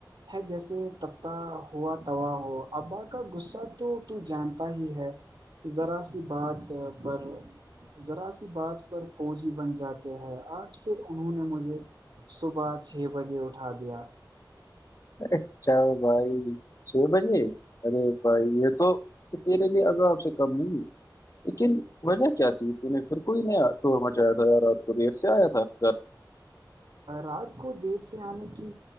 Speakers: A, on the right (about 70°); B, on the left (about 45°).
A: ہے جیسے تبتا ہوا تا ہو ابا کا غصہ تو ت جانتا ہی ہے ذرا سی بات پر ذرا سی بات پر فوجی بن جاتے ہیں آج پھر انہوں نے مجھے صبح چھ بجے اٹھا دیا
B: ا چل بھائی چھ بجے ا بھائی یہ تو تو تیرے لی عذاب سے کم نہیں لیکن وجہ کیا تھی ت نے پھر کوئی نیا شوور مچایا تھا ار ر آپ کو دیر سے آیا تھا گھر <unintelligible>
A: رات کو دیر سے آنے کی